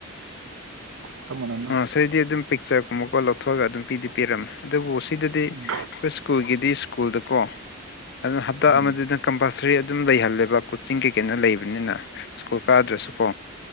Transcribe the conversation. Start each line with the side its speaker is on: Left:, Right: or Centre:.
Right: ꯆꯞ ꯃꯥꯟꯅꯅ
Left: ꯑꯣ ꯑꯁꯩꯗꯤ ꯑꯗꯨꯝ ꯄꯤꯛꯆꯔꯒꯨꯝꯕꯀꯣ ꯂꯧꯊꯣꯛꯑꯒ ꯑꯗꯨꯝ ꯄꯤꯗꯤ ꯄꯤꯔꯝꯃꯦ ꯑꯗꯨꯕꯨ ꯁꯤꯗꯗꯤ
Right: ꯎꯝ
Left: ꯀꯨꯁ ꯀꯨꯜꯒꯤꯗꯤ ꯁ꯭ꯀꯨꯜꯗꯀꯣ ꯑꯗꯨꯅ ꯍꯞꯇꯥ
Right: ꯎꯝ
Left: ꯑꯃꯗꯤꯅ ꯀꯝꯄꯜꯁꯔꯤ ꯑꯗꯨꯝ ꯂꯩꯍꯜꯂꯦꯕ ꯀꯣꯆꯤꯡ ꯀꯩꯀꯩꯅꯣ ꯂꯩꯕꯅꯤꯅ ꯁ꯭ꯀꯨꯜ ꯀꯥꯗ꯭ꯔꯁꯨꯀꯣ